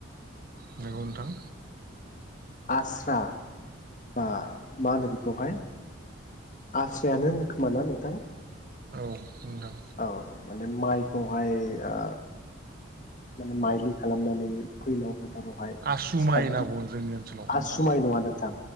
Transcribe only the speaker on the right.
नोंगौ नोंथां,
औ नोंथां
आसु
माइ होनना बुङो जोंनि ओनसोलाव
नोंथां